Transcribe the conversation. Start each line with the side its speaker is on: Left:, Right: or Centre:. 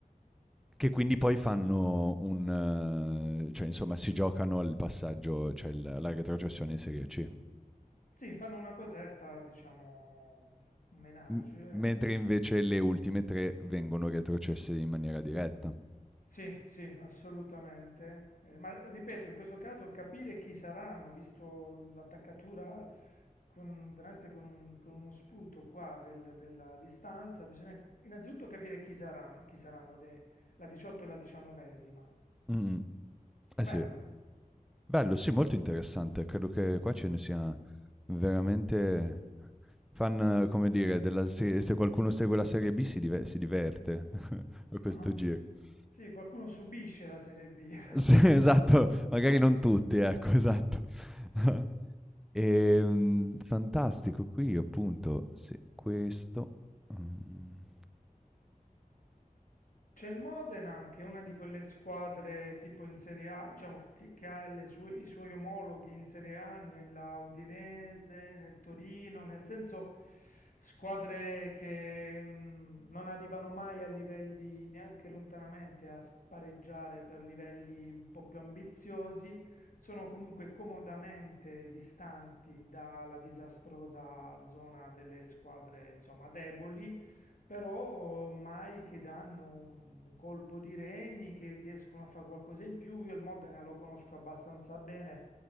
Centre: che quindi poi fanno un, eh, cioè insomma si giocano il passaggio, cioè il- la retrocessione in Serie C.
Left: Sì, fanno una cosetta, diciamo, un menage,
Centre: M- mentre invece
Left: eh,
Centre: le ultime tre vengono retrocesse in maniera diretta.
Left: Sì, sì, assolutamente. Eh, ma ripeto, in questo caso capire chi saranno, visto l'attaccatura con, veramente con, un- con uno sputo qua del- della distanza, bisogna innanzitutto capire chi saranno, chi saranno le- la 18 e la 19esima.
Centre: Mm, eh
Left: Bello.
Centre: sì, bello, sì, molto interessante. Credo che qua ce ne sia Veramente fan, come dire, della se se qualcuno segue la Serie B si dive si diverte <laughs>
Left: <laughs>
Centre: a questo giro. <laughs>
Left: Sì, qualcuno subisce la Serie B. <laughs>
Centre: Sì, esatto, magari non tutti, ecco, esatto. <laughs> Ehm, fantastico, qui appunto, sì, questo, mhmm,
Left: C'è il Modena, che è una di quelle squadre tipo in Serie A, diciamo, che, che ha le sue- i suoi omologhi in Serie A, nella Udinese, nel Torino, nel senso squadre che mh, non arrivano mai a livelli neanche lontanamente a spareggiare per livelli un po' più ambiziosi, sono comunque comodamente distanti dalla disastrosa zona delle squadre, insomma, deboli però mai che danno un colpo di reni, che riescono a fare qualcosa in più. Io il Modena lo conosco abbastanza bene